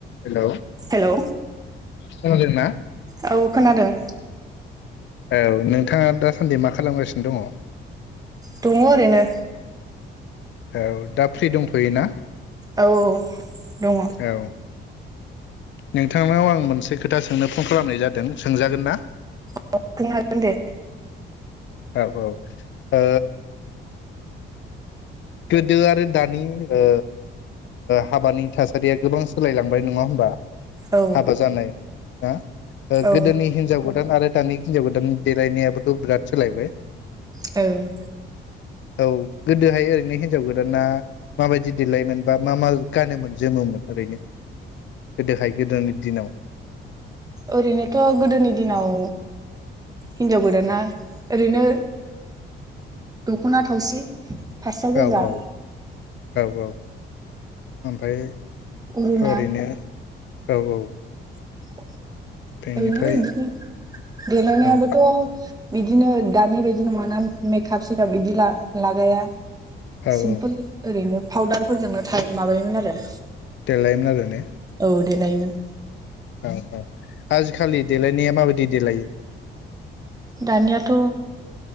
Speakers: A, on the left; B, on the right.
A: हेलौ
B: हेलौ
A: खोनादोंना
B: औ खोनादों
A: औ नोंथांङा दासान्दि मा खालामगासिनो दंङ।
B: दंङ ओरैनो
A: औ दा फ्रि दंथ'योना
B: औ औ दङ
A: औ नोंथांनाव आं मोनसे खोथा सोंनो फन खालामनाय जादों सोंजागोन ना
B: अ सोंनो हागोन दे।
A: औ औ ओ गोदो आरो दानि ओ हाबानि थासारिया गोबां सोलायलांबाय नंङा होमबा
B: औ
A: हाबा जानाय दा ओ
B: औ
A: गोदोनि हिनजाव गोदान आरो दानानि हिनजाव गोदाननि देलायनायाबोथ' बिराद सोलायबाय।
B: औ
A: औ गोदोहाय ओरैनो हिन्जाव गोदाना माबायदि देलायोमोन बा मा मा गानोमोन जोमोमोन ओरैनो गोदोहाय गोदोनि दिनाव
B: ओरैनोथ' गोदोनि दिनाव हिनजाव गोदाना ओरैनो दखना थावसि फास्रा
A: गाव
B: गोजा
A: गाव गाव गाव ओमफ्राय
B: अरुना
A: ओरैनो औ औ
B: <inaudible>
A: बेनिफ्राय
B: ओरैनो इदिनो देलायनायाबोथ'
A: औ
B: बिदिनो दानि बायदि नङाना मेकाप सेकाप बिदि ला-लागाया
A: औ
B: सिमपोल ओरैनो पाउदारफोरजोंनो थायो‌ माबायोमोन आरो
A: देलायोमोन आरो ने
B: औ देलायोमोन।
A: औ औ आजि खालि देलायनाया माबायदि देलायो
B: दानियाथ'